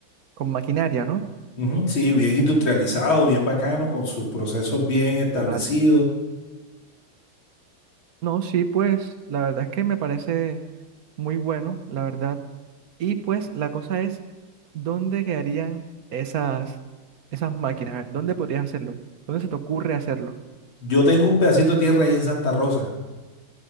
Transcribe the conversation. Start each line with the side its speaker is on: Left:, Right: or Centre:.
Right: con maquinaria, ¿no?
Left: ujú, sí, bien industrializado, bien bacano, con sus procesos bien establecidos.
Right: Vale. No, sí, pues la verdad es que me parece muy bueno, la verdad. Y pues la cosa es, ¿dónde quedarían esas, esas máquinas? A ver, ¿dónde podrías hacerlo? ¿Dónde se te ocurre hacerlo?
Left: Yo tengo un pedacito de tierra ahí en Santa Rosa.